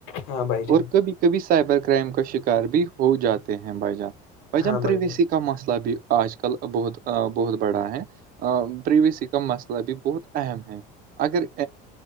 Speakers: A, on the left; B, on the right.
A: ہاں بھائی جان
B: اور کبھی کبھی سائبر کرائم کا شکار بھی ہو جاتے ہیں بھ جان بائیجان
A: ہاں
B: پرویش
A: بھائی جان
B: کا مسئلہ بھی آج کل بہت بہت بڑا ہے پریویسی کا مسئلہ بھی بہت اہم ہے اگر